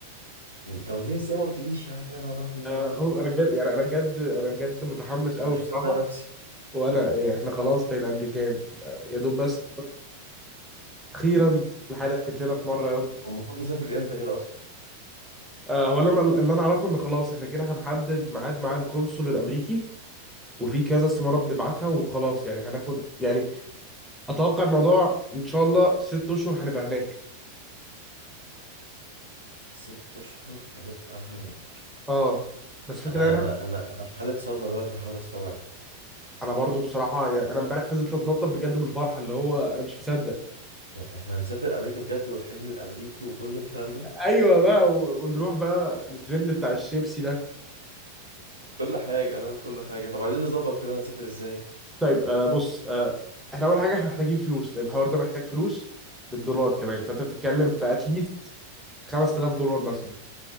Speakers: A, on the right (about 85°); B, in the centre.
A: من- طب ليه ازاي ما قلتليش يا عم يا نهار ابيض
B: آه، هو انا بجد يعني انا بجد انا بجد متحمس قوي
A: انا مش
B: بصراحه
A: مصدق نفسي
B: وانا إيه، احنا خلاص بين امريكان آه، يا دوب بس اخيرا الحاجه حكيت لنا في مره ياض
A: هو المفروض نسافر امتى كده اصلا
B: آه، هو اللي انا اللي انا اعرفه ان خلاص احنا كده هنحدد ميعاد مع القنصل الامريكي وفي كذا استماره بنبعتها وخلاص يعني هناخد يعني اتوقع الموضوع ان شاء الله ست اشهر هنبقى هناك
A: ست اشهر هنبقى هناك
B: اه بس فكرة
A: انا
B: انا
A: انا انا أنا في حاله صدمه دلوقتي بحاول استوعب
B: انا برضو بصراحه يعني انا امبارح فضلت اتنطط بجد من الفرحه اللي هو انا مش مصدق
A: يعني احنا هنسافر امريكا بجد والحلم الامريكي وكل الكلام ده
B: ايوه بقى و- ونروح بقى الترند بتاع الشيبسي ده
A: كل حاجه هنعمل كل حاجه طب عايزين نظبط كده هنسافر ازاي
B: طيب آه بص آه احنا اول حاجه احنا محتاجين فلوس لان الحوار ده محتاج فلوس بالدولار كمان فانت بتتكلم في اتليست 5000 دولار مثلا